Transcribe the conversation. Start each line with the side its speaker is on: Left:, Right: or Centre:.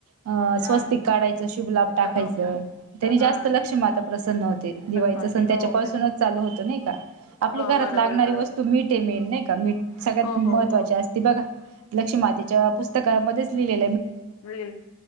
Right: अ
Left: हा
Right: स्वस्तिक काढायचं शुभ लाभ
Left: त्याच
Right: टाकायचं
Left: हो काय
Right: त्यानी जास्त
Left: हा
Right: लक्ष्मी माता प्रसन्न होते दिवाळीचा
Left: होते
Right: सण त्याच्या
Left: हो
Right: पाासूनच
Left: काय
Right: चालू होतो नाही का आपली
Left: हो
Right: घरात
Left: बरोबर
Right: लागणारी
Left: बरोबर
Right: वस्तू मीठे मेन नाही का मीठ सगळ्यात
Left: हो
Right: महत्वाची
Left: हो हो
Right: असते बघा लक्ष्मी मातेच्या पुस्तकामध्येच लिहिलेलय
Left: ल